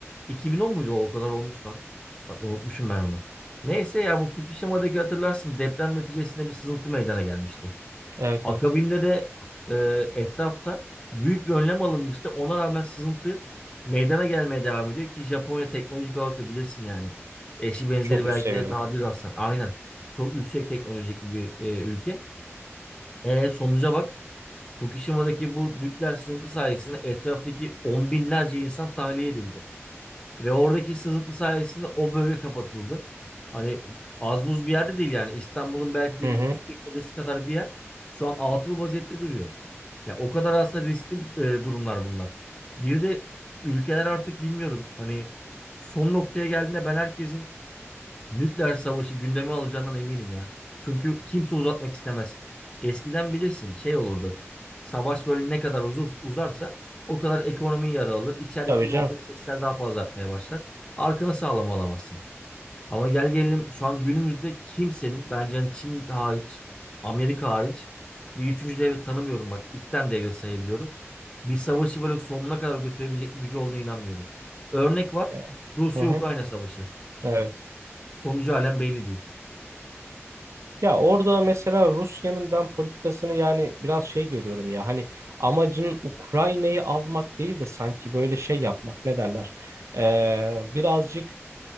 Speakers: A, on the left (about 20°); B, on the right (about 80°).
A: 2010 muydu o? O kadar olmuş lan. Bak unutmuşum ben onu. Neyse ya bu Fukushima'daki hatırlarsın deprem neticesinde bir sızıntı meydana gelmişti.
B: Evet
A: Akabinde
B: evet.
A: de e, etrafta büyük bir önlem alınmıştı. Ona rağmen sızıntı meydana gelmeye devam ediyor ki Japonya teknolojik olarak da bilirsin yani. Eşi benzeri
B: Çok
A: belki
B: üst seviyeler.
A: de nadir rastlanan. Aynen. Çok yüksek teknolojik bir e, ülke. E, sonuca bak. Fukushima'daki bu nükleer sızıntı sayesinde etraftaki on binlerce insan tahliye edildi. Ve oradaki sızıntı sayesinde o bölge kapatıldı. Hani az buz bir yerde değil yani. İstanbul'un belki de
B: Hı
A: bir
B: hı.
A: küçük çekmecesi kadar bir yer. Şu an atıl vaziyette duruyor. Ya o kadar aslında riskli e, durumlar bunlar. Bir de ülkeler artık bilmiyorum hani son noktaya geldiğinde ben herkesin nükleer savaşı gündeme alacağından eminim ya. Çünkü kimse uzatmak istemez. Eskiden bilirsin şey olurdu. Savaş böyle ne kadar uzur, uzarsa o kadar ekonomi yara alır. İçerideki
B: Tabii
A: muhalif
B: canım.
A: sesler daha fazla artmaya başlar. Arkanı sağlam alamazsın. Ama gel gelelim şu an günümüzde kimsenin bence hani Çin hariç, Amerika hariç bir üçüncü devlet tanımıyorum bak. iki tane devlet sayabiliyorum. Bir savaşı böyle sonuna kadar götürebilecek bir gücü olduğuna inanmıyorum. Örnek var.
B: Yani,
A: Rusya-Ukrayna
B: Hı hı.
A: savaşı.
B: Evet.
A: Sonucu halen belli değil.
B: Ya orada mesela Rusya'nın ben politikasını yani biraz şey görüyorum ya hani amacın Ukrayna'yı almak değil de sanki böyle şey yapmak ne derler? Ee, birazcık